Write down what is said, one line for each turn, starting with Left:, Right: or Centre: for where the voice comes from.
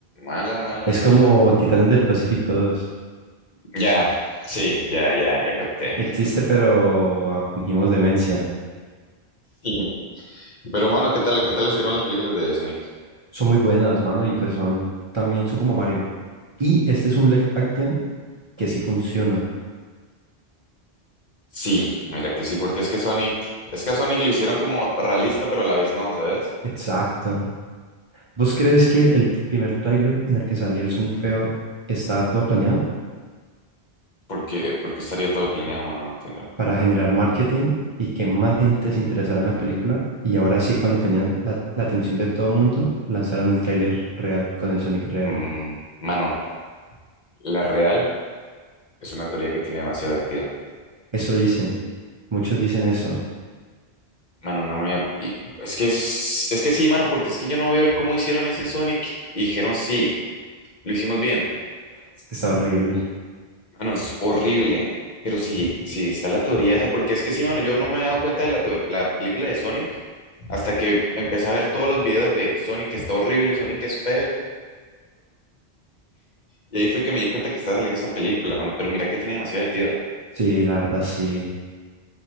Left: Mala, mala,
Right: Es
Left: mala.
Right: como Titanes del Pacífico 2.
Left: Ya, sí, ya, ya, ya capté.
Right: Existe, pero ah, fingimos demencia.
Left: Ujú. Pero, mano, ¿qué tal, qué tal estuvieron las películas de Sonic?
Right: Son muy buenas, mano, y pues son también, son como Mario. Y este es un live action que sí funciona.
Left: Sí, mira que sí, porque es que Sonic, es que a Sonic lo hicieron como realista, pero a la vez no, ¿sabes?
Right: Exacto. ¿Vos crees que el primer tráiler en el que salía el Sonic feo estaba todo planeado
Left: Porque, porque estaría todo planeado, mano, no entiendo.
Right: para generar marketing y que más gente se interesara en la película? Y ahora sí, cuando tenían la, la atención de todo mundo, lanzaron el tráiler real con el Sonic real.
Left: Mm, mano, la real es una teoría que tiene demasiado sentido.
Right: Eso dicen. Muchos dicen eso.
Left: Mano, no me y- Es que, es, es que sí, mano, porque es que yo no veo el cómo hicieron ese Sonic. Y dijeron sí. Lo hicimos bien.
Right: Es que está horrible.
Left: Mano, es horrible. Pero sí, sí está la teoría esa, porque es que sí, mano, yo no me había dado cuenta de la, teo- la película de Sonic hasta que empecé a ver todos los videos de Sonic está horrible, Sonic es feo. Y ahí fue que me di cuenta que estaba saliendo esa película, mano. Pero mira que tiene demasiado sentido.
Right: Sí, la verdad, sí.